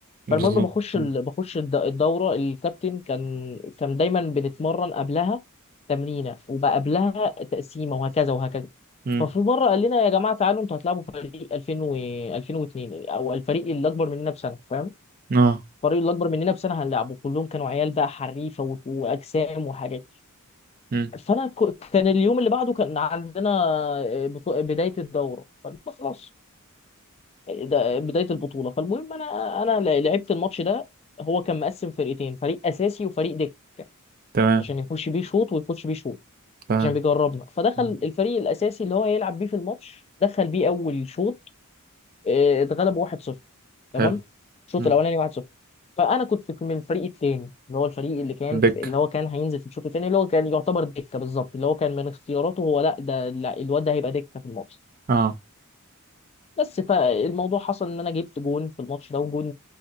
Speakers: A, on the right (about 40°); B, on the left (about 30°).
A: بالظبط
B: فالمهم بخش
A: امم
B: ال... بخش الد- الدوره الكابتن كان كان دايما بنتمرن قبلها تمرينه وبقى قبلها تقسيمه وهكذا وهكذا
A: امم
B: ففي مره قال لنا يا جماعه تعالوا انتوا هتلعبوا فريق 2000 و 2002 او الفريق اللي اكبر مننا بسنه فاهم
A: اه
B: الفريق اللي اكبر مننا بسنه هنلعبه كلهم كانوا عيال بقى حريفه و... واجسام وحاجات
A: امم
B: فانا ك... كان اليوم اللي بعده كان عندنا آه، بطو- بدايه الدوره فقلنا خلاص ده بدايه البطوله فالمهم انا انا ل- لعبت الماتش ده هو كان مقسم فرقتين فريق اساسي وفريق دك
A: تمام
B: عشان يخش بيه شوط ويخش بيه شوط
A: تمام
B: عشان بيجربنا فدخل
A: امم
B: الفريق الاساسي اللي هو هيلعب بيه في الماتش دخل بيه اول شوط آه، اتغلب 1-0 تمام
A: حلو
B: الشوط
A: امم
B: الاولاني 1-0 فانا كنت في- من الفريق الثاني اللي هو الفريق اللي كان
A: دك
B: اللي هو كان هينزل في الشوط الثاني اللي هو كان يعتبر دكه بالظبط اللي هو كان من اختياراته هو لا ده لا، الواد ده هيبقى دكه في الماتش
A: اه
B: بس فالموضوع حصل ان انا جبت جون في الماتش ده وجون